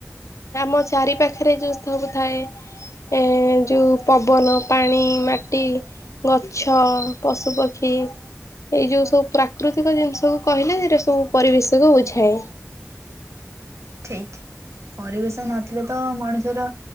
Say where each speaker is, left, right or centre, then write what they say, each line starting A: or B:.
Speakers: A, on the left; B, on the right.
A: ଆମ ଚାରି ପାଖରେ ଯୋଉ ସବୁ ଥାଏ। ଏ ଯୋଉ ପବନ ପାଣି ମାଟି ଗଛ ପଶୁପକ୍ଷୀ। ଏଇ ଯୋଉ ସବୁ ପ୍ରାକୃତିକ ଜିନ୍ସକୁ କହିଲେ ଏଇରା ସବୁ ପରିବେଶ ସ କୁ ବୁଝାଏ।
B: ଠିକ୍। ପରିବେଶ ନଥିଲେ ତ ମଣିଷର